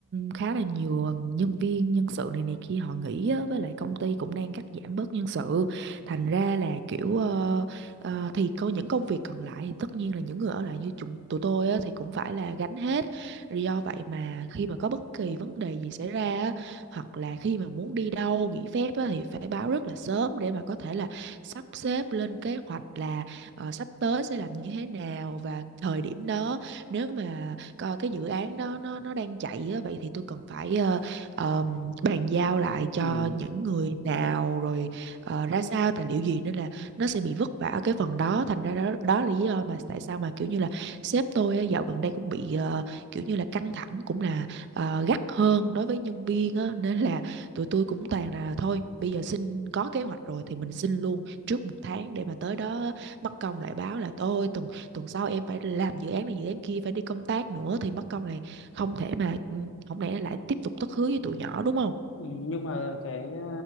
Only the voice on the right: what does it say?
khá là nhiều nhân viên nhân sự này này kia họ nghỉ á với lại công ty cũng đang cắt giảm bớt nhân sự. Thành ra là kiểu ờ, ờ, thì có những công việc còn lại thì tất nhiên là những người ở lại như chúng tụi tôi á thì cũng phải là gánh hết. Do vậy mà khi mà có bất kỳ vấn đề gì xảy ra á, hoặc là khi mà muốn đi đâu nghỉ phép á thì phải báo rất là sớm để mà có thể là sắp xếp lên kế hoạch là ờ, sắp tới sẽ làm như thế nào và thời điểm đó nếu mà coi cái dự án đó nó nó đang chạy á, vậy thì tôi cần phải ờ, ờm, bàn giao lại cho
những người nào rồi ờ, ra sao tài liệu gì nên là nó sẽ bị vất vả ở cái phần đó thành ra đó đó là lý do mà tại sao mà kiểu như là sếp tôi á, dạo gần đây cũng bị ờ, kiểu như là căng thẳng cũng là ờ, gắt hơn đối với nhân viên á nên là tụi tôi cũng toàn là thôi bây giờ xin có kế hoạch rồi thì mình xin luôn trước một tháng để mà tới đó mất công lại báo là tôi tuần tuần sau em phải làm dự án này dự án kia phải đi công tác nữa thì mất công này không thể mà ừ, không lẽ lại tiếp tục thất hứa với tụi nhỏ đúng không